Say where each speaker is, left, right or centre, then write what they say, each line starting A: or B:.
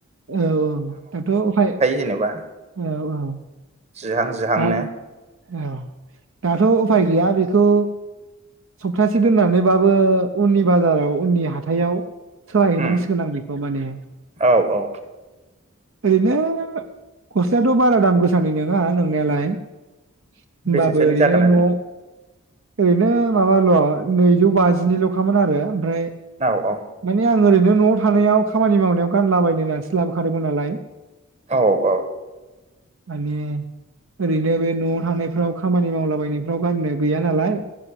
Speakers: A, on the right (about 60°); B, on the right (about 30°).
A: औ औ दाथ उफाय
B: जेनेबा
A: औ औ
B: जिहां जिहांनो
A: आइ औ दाथ' उफाय गैया बेखौ सप्तासे दोननानैबाबो उननि बाजाराव उननि हाथायाव सहायहैनांसिगोन
B: उम
A: आं बेखौ माने
B: औ औ
A: ओरैनो खस <unintelligible> बारा दाम गोसानि नङा नों नायालाय होमबाबो
B: बेसेसोनि
A: ओरैनो
B: जागोन
A: न ओरैनो माबाल' नैजौ बाजिनिल'खामोन आरो ओमफ्राय
B: औ औ
A: मानि आल ओरैनो न'आव थानायाव खामानि मावनायाव गानलाबायनो होन्नानैसो लाबोखादोंमोन नालाय।
B: औ औ
A: माने ओरैनो बे न'आव थानायब फ्राव खामानि मावलाबायनायफ्राव गाननो गैया नालाय।